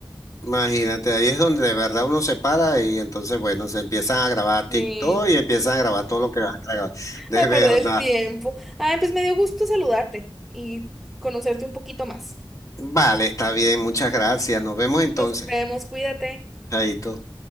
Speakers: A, on the left (about 40°); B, in the centre.
A: Imagínate, ahí es donde de verdad uno se para y entonces, bueno, se empiezan a grabar TikTok
B: Sí,
A: y empiezan a grabar todo lo que van a grabar. De
B: a
A: verdad.
B: perder el tiempo. Ay, pues me dio gusto saludarte y conocerte un poquito más.
A: Vale, está bien, muchas gracias. Nos vemos entonces.
B: Nos vemos, cuídate.
A: Chaito.